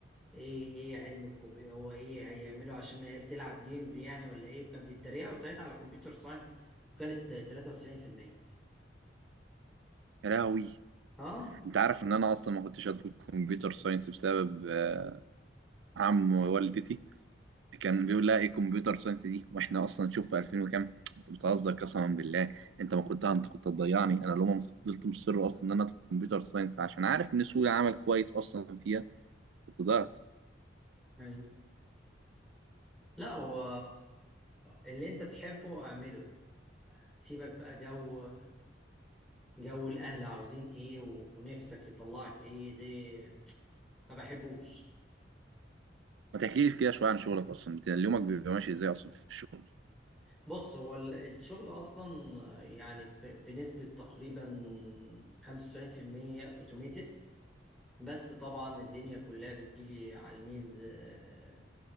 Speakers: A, in the centre; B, on the right.
A: ايه ايه علم الكمبيوتر هو ايه هيعملوا عشان العيال تلعب جيمز يعني ولا ايه وكان بيتريقوا ساعتها على كمبيوتر ساينس وكانت 93%
B: يا لهوي
A: اه
B: انت عارف ان انا اصلا ما كنتش هدخل كمبيوتر ساينس بسبب آه، عم والدتي كان بيقول لها ايه كمبيوتر ساينس دي واحنا اصلا شوف في 2000 وكام انت بتهزر قسما بالله انت ما كنت انت كنت هتضيعني انا لو ما فضلت مصر اصلا ان انا ادخل كمبيوتر ساينس عشان عارف ان سوق العمل كويس اصلا فيها كنت ضيعت
A: أيوة. لا هو اللي انت تحبه اعمله سيبك بقى جو جو الاهل عاوزين ايه ونفسك يطلعك ايه دي ما بحبوش
B: ما تحكيلي كده شويه عن شغلك اصلا انت يومك بيبقى ماشي ازاي اصلا في الشغل
A: بص هو ال- الشغل أصلا يعني ب- بنسبة تقريبا 95% أوتوميتد بس طبعا الدنيا كلها بتجيلي على الميلز آه،